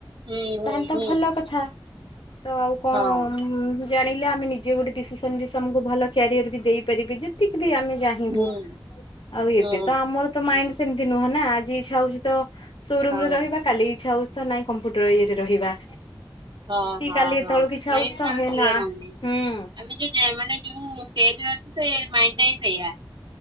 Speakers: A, on the right (about 65°); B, on the left (about 80°).
A: ହୁଁ ହୁଁ
B: ତାହେଲେ ତ
A: ହୁଁ
B: ଭଲ କଥା ତ ଆଉ କଣ?
A: ହଁ
B: ଜାଣିଲେ ଆମେ ନିଜେ ଗୋଟେ ଡିସିସନ ବି ଆକୁ ଭଲ କ୍ୟାରିଅର ବି ଦେଇପାରିବେ ଯେତିକି ବି ଆମେ ଚାହିଁବୁ।
A: ହୁଁ
B: ଆଉ
A: ହୁଁ
B: ଏବେ ତ ଆମର ତ ମାଇଣ୍ଡ
A: ହୁଁ
B: ସେମିତି ନୁହଁ ନା। ଆଜି ଇଚ୍ଛା ହଉଚି ତ ସୋରୁମ୍
A: ହଁ
B: ରେ ରହିବା। କାଲି ଇଚ୍ଛା ହଉଛି ତ ନାଇଁ କମ୍ପ୍ୟୁଟର ଇଏରେ ରହିବା।
A: ହଁ,
B: କି
A: ହଁ,
B: କାଲି ଏତେବେଳକୁ
A: ହଁ
B: ଇଚ୍ଛା
A: ମାଇଣ୍ଡ
B: ହଉଛି ତ
A: ତାର
B: ହେ
A: ସ୍ଥିର
B: ନା
A: ରହୁନି।
B: ହୁଁ
A: ଆମେ ଯେ ଯେ ମାନେ ଯୋଉ ଷ୍ଟେଜ୍ ର ଅଛ ସେ ମାଇଣ୍ଡ ଟା ହିଁ ସେୟା।